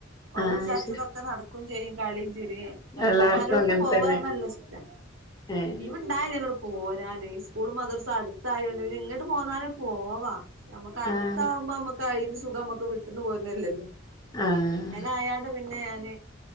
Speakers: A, on the right (about 80°); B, on the left (about 20°).
A: ഓലെ
B: ആഹ്
A: വിചാരിച്ചതൊക്കെ
B: ശരി
A: നടക്കയും ചെയ്യും കളിയും ചിരിയും ഇങ്ങോട്ട്
B: എല്ലാർക്കും
A: ഉമ്മമാരോട്ക്ക്
B: അങ്ങനെ
A: പോവാന്ന്
B: തന്നെ
A: പറഞ്ഞ നല്ല ഇഷ്ട
B: ഏഹ്
A: ഉണ്ടായില്ല ഇങ്ങോട് പോരാന് ഈ സ്കൂൾ മദർസ് അടുത്തായോണ്ട് പിന്നെ ഇങ്ങോട്ട് പോന്നാല പോവാ നമ്മുക്ക് അടുത്താവുമ്പോ
B: ആഹ്
A: നമ്മുക്ക് അയിൽ സുഖം നമ്മുക്ക് വിട്ടന്ന് പോരുന്നല്ലല്ലോ
B: ആഹ്
A: ഇങ്ങനെ ആയാണ്ട് പിന്നെ ഞാൻ